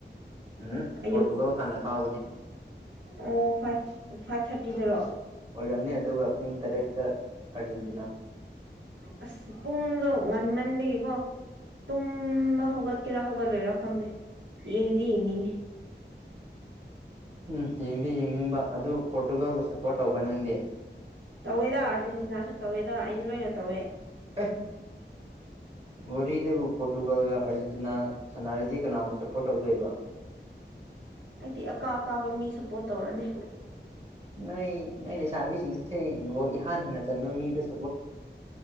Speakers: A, on the right; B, on the right.
A: ꯍꯝ ꯍꯝ
B: ꯑꯌꯨꯛ
A: ꯄꯣꯔꯇꯨꯒꯜ ꯍꯥꯟꯅ ꯀꯥꯎꯒꯅꯤ
B: ꯑꯣ ꯐꯥꯏꯚ ꯐꯥꯏꯚ ꯊꯥꯔꯇꯤꯗꯔꯣ
A: ꯑꯣꯏꯔꯝꯅꯤ ꯑꯗꯨꯒ ꯄꯨꯡ ꯇꯔꯦꯠꯇ ꯑꯥꯔꯖꯦꯟꯇꯤꯅꯥ
B: ꯑꯁ ꯄꯨꯡꯗꯣ ꯉꯟꯃꯟꯂꯤꯀꯣ ꯇꯨꯝꯕ ꯍꯧꯒꯠꯀꯦꯔꯥ ꯍꯧꯒꯠꯂꯣꯏꯔꯥ ꯈꯪꯗꯦ ꯌꯦꯡꯗꯤ ꯌꯦꯡꯅꯤꯡꯉꯤ
A: ꯎꯝ ꯌꯦꯡꯗꯤ ꯌꯦꯡꯅꯤꯡꯕ ꯑꯗꯨ ꯄꯣꯔꯇꯨꯒꯥꯜꯕꯨ ꯁꯞꯄꯣꯔꯠ ꯇꯧꯕ ꯅꯪꯗꯤ
B: ꯇꯧꯋꯦꯗ ꯑꯥꯔꯖꯦꯟꯇꯤꯅꯥꯁꯨ ꯇꯧꯋꯦꯗ ꯑꯩꯗꯤ ꯂꯣꯏꯅ ꯇꯧꯋꯦ
A: ꯑꯦ ꯋꯥꯔꯤꯗꯕꯨ ꯄꯣꯔꯇꯨꯒꯥꯜꯒ ꯑꯥꯔꯖꯦꯟꯇꯤꯅꯥ ꯁꯥꯟꯅꯔꯗꯤ ꯀꯅꯥꯕꯨ ꯁꯞꯄꯣꯔꯠ ꯇꯧꯗꯣꯏꯕ
B: ꯑꯩꯗꯤ ꯑꯀꯥ ꯑꯀꯥꯕ ꯃꯤ ꯁꯞꯄꯣꯔꯠ ꯇꯧꯔꯅꯤ
A: ꯅꯣꯏ ꯅꯣꯏ ꯂꯩꯁꯥꯕꯤꯁꯤꯡꯁꯦ ꯒꯣꯂ ꯏꯍꯥꯟ ꯍꯥꯟꯅ ꯆꯟꯕ ꯃꯤꯗꯁꯨ